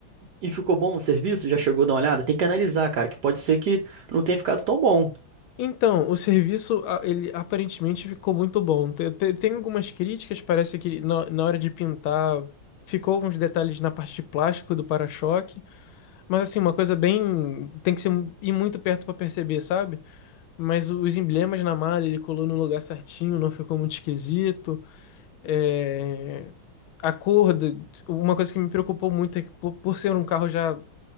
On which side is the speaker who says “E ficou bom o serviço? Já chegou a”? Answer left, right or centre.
Right